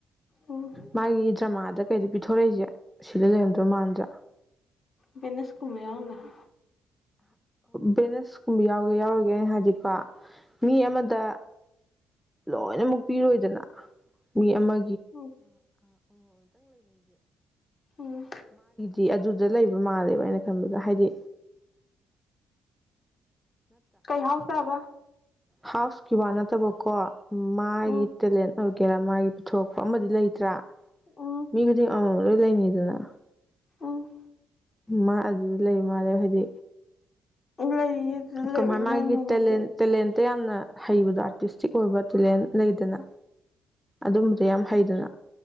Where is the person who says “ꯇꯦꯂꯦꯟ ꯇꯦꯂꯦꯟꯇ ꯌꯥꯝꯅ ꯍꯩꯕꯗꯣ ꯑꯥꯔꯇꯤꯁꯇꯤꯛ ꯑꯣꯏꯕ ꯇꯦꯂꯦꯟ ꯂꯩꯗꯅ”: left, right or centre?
Centre